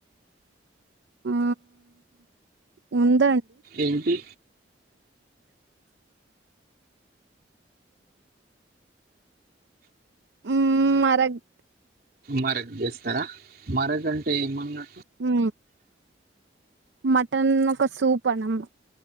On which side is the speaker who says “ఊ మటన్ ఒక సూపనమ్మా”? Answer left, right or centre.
Right